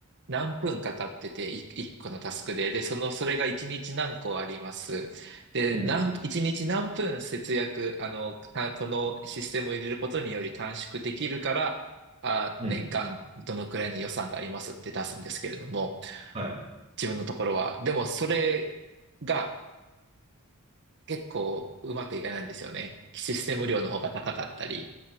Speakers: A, on the right (about 55°); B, on the right (about 30°).
A: 何分かかってて、い一個のタスクで、で、その、それが一日何個あります。で、
B: うん
A: 何、一日何分節約、あの、たこのシステムを入れることにより短縮できるから、あ、
B: うん。
A: 年間どのくらいの予算がありますって出すんですけれども、
B: はい。
A: 自分のところは。でも、それが結構うまくいかないんですよね。システム量の方が高かったり